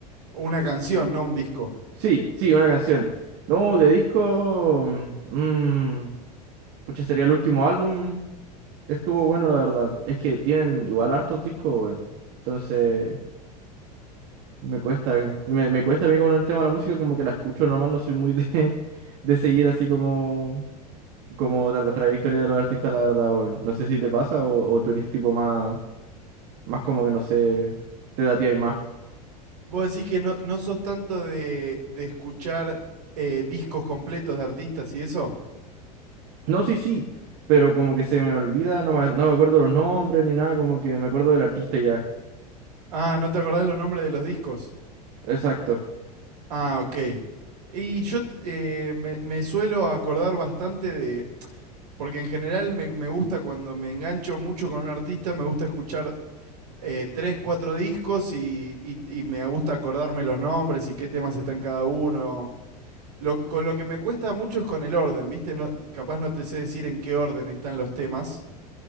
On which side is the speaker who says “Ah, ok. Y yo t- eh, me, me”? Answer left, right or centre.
Right